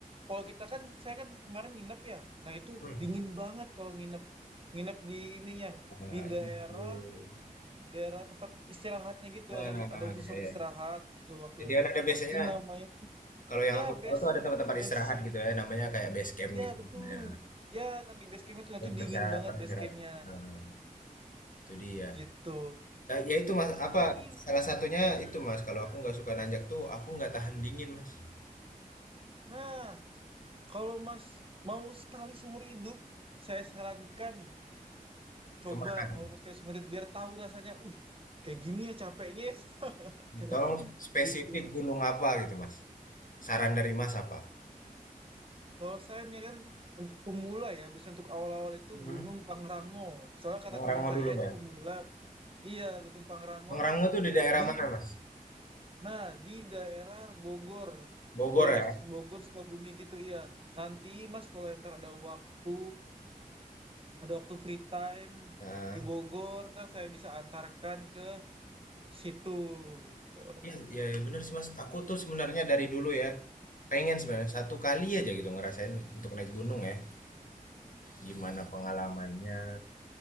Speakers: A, on the right; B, on the left.
A: kalau kita kan saya kan kemarin nginep ya nah itu
B: Hmm.
A: dingin banget kalau nginep nginep di ininya
B: Nah,
A: di daerah
B: di-
A: daerah tempat istirahatnya gitu
B: nah,
A: ada ada khusus
B: ya,
A: tempat
B: ya.
A: istirahat gitu waktu
B: Jadi kan ada biasanya
A: waktu itu namanya
B: kalau yang
A: Ya
B: aku
A: base
B: tahu tuh ada
A: ma-
B: tempat-tempat
A: base.
B: istirahat gitu ya, namanya kayak base camp
A: Ya
B: gitu
A: betul.
B: kan namanya.
A: Ya nah, di base campnya tuh nah,
B: Yang
A: tuh
B: persyarat
A: dingin banget
B: persyarat.
A: base campnya
B: Nah, itu dia.
A: gitu.
B: Nah, ya itu Mas, apa
A: Tapi
B: salah satunya itu Mas, kalau aku nggak suka nanjak tuh aku nggak tahan dingin, Mas.
A: nah kalau Mas mau sekali seumur hidup, saya sarankan coba
B: Kemana?
A: kalau mau sekali seumur hidup biar tahu rasanya. Uh kayak gini ya capeknya. ya." <laughs>
B: Tolong spesifik
A: Gitu.
B: gunung apa gitu, Mas? Saran dari Mas apa?
A: Kalau saya menyarankan untuk pemula ya, bisa untuk awal-awal itu
B: Hmm.
A: Gunung Pangrango. Soalnya kata
B: Pangrango
A: teman saya
B: dulu
A: itu
B: ya.
A: pemula, iya Gunung Pangrango
B: Pangrango tuh di daerah
A: di
B: mana, Mas?
A: Nah, di daerah Bogor,
B: Bogor
A: daerah
B: ya?
A: Bogor Sukabumi gitu iya. Nanti Mas kalau ntar ada waktu, ada waktu free time
B: Nah,
A: di Bogor, ntar saya bisa antarkan ke situ gitu.
B: ya, ya bener sih, Mas. Aku tuh sebenarnya dari dulu ya, pengen sebenarnya satu kali aja gitu ngerasain untuk naik gunung ya. Gimana pengalamannya?